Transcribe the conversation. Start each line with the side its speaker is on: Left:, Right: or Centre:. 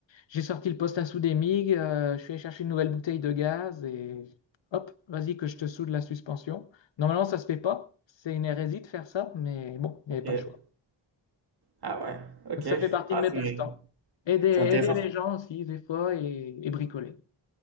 Left: j'ai sorti le poste à souder MIG, euh, je suis allé chercher une nouvelle bouteille de gaz et hop, vas-y que je te soude la suspension. Normalement, ça se fait pas. C'est une hérésie de faire ça, mais bon, il
Right: OK.
Left: n'y avait pas le choix.
Right: Ah ouais, OK.
Left: Donc ça fait partie
Right: Ah,
Left: de mes
Right: c'est
Left: passe-temps. Aider, aider
Right: c'est intéressant.
Left: les gens aussi, des fois, et, et bricoler.